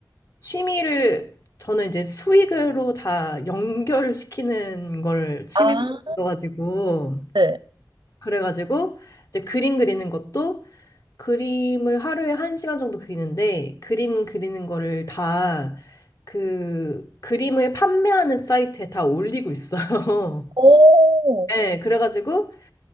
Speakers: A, on the left; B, on the right.
A: 취미를 저는 이제 수익으로 다 연결시키는 걸 취미로
B: 아,
A: 있어가지고
B: 네.
A: 그래가지고 이제 그림 그리는 것도 그림을 하루에 한 시간 정도 그리는데 그림 그리는 거를 다 그 그림을 판매하는 사이트에 다 올리고 있어요.
B: 오,
A: <laughs> 네, 그래가지고